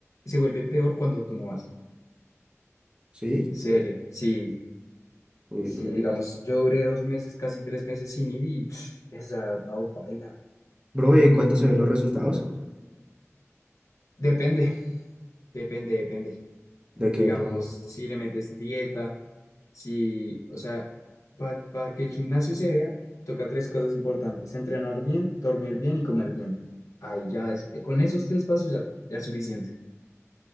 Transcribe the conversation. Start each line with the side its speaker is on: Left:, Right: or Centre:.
Left: se vuelve peor cuando tú no vas.
Right: ¿Sí?
Left: Serio. Sí,
Right: Uy,
Left: sí,
Right: bro.
Left: digamos, yo duré dos meses, casi tres meses sin ir y, <sniffs> pff, o sea, no, paila.
Right: Bro, ¿y en cuánto se ven los resultados?
Left: Depende, depende, depende.
Right: De que,
Left: Digamos,
Right: pues,
Left: si le metes dieta. si, o sea, para que el gimnasio se vea, toca tres cosas importantes: entrenar bien, dormir bien y comer bien. Ahí ya es, eh, con esos tres pasos ya, ya es suficiente.